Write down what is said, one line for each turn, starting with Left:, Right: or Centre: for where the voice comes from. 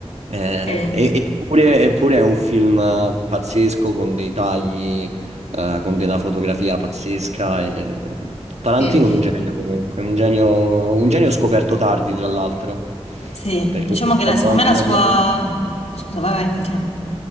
Right: eh,
Left: Eh,
Right: e- eppure, eppure è un film eh, pazzesco con dei tagli, eh, con della fotografia pazzesca. e- Tarantino
Left: sì,
Right: è un genio comunque, un genio, un genio scoperto tardi tra l'altro,
Left: sì,
Right: perché
Left: diciamo
Right: mi sono
Left: che la-
Right: letto
Left: secondo
Right: anche
Left: me la
Right: la
Left: sua...
Right: sua...
Left: Scusa, vai, vai, continua.